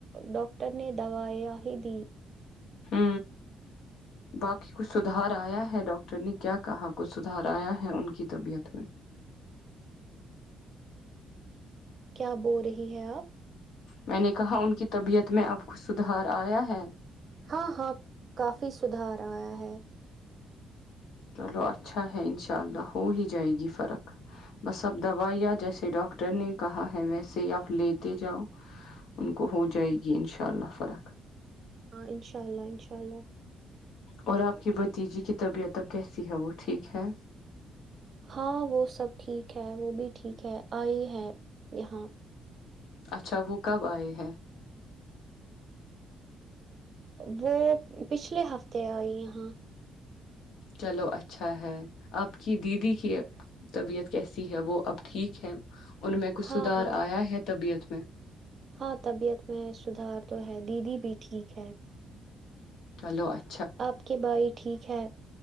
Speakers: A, on the right (about 50°); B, on the left (about 80°).
A: ڈاکٹر نے دوائیاں ہی دی
B: ہ باقی کچھ سدھار آیا ہے ڈاکٹر نے کیا کہا کچھ سدھار آیا ہے ان کی طبیعت میں
A: کیا بول رہی ہے آپ
B: میں نے کہا ان کی طبیعت میں اب کچھ سدھار آیا ہے
A: ہاں ہاں کافی سدھار آیا ہے
B: چلو اچھا ہے انشاء اللہ ہو ہی جائے گی فرق بس اب دوائیاں جیسے ڈاکٹر نے کہا ہے ویسے ہی آپ لیتے جاؤ ان کو ہو جائے گی انشاء اللہ فرق
A: ہاں انشاء اللہ انشاء اللہ
B: اور آپ کی بتیجے کہ طبیعت اب کیسی ہے وہ ٹھیک ہے
A: ہاں وہ سب ٹھیک ہے وہ بھی ٹھیک ہے آئی ہے یہاں
B: اچھا وہ کب آئے ہیں
A: وہ پچھلے ہفتے آئی یہاں
B: چلو اچھا ہے آپ کی دیدی کی طبیعت کیسی ہے وہ آپ ٹھیک ہے ان میں کچھ
A: ہاں
B: سدار
A: ہاں
B: آیا ہے طبیعت <inaudible>
A: ہاں طبیعت میں سدھار تو ہے دیدی بھی ٹھیک ہے
B: چلو اچھ
A: آپ کے بھائی ٹھیک ہے